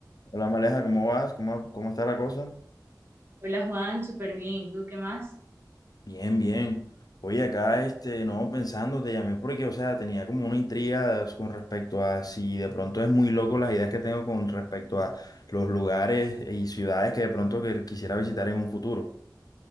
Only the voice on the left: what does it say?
Hola Maleja, ¿cómo vas? ¿Cómo, cómo está la cosa?
Bien, bien. Oye, acá, este, no, pensando, te llamé porque, o sea, tenía como una intriga con respecto a si de pronto es muy loco las ideas que tengo con respecto a los lugares y ciudades que de pronto que quisiera visitar en un futuro.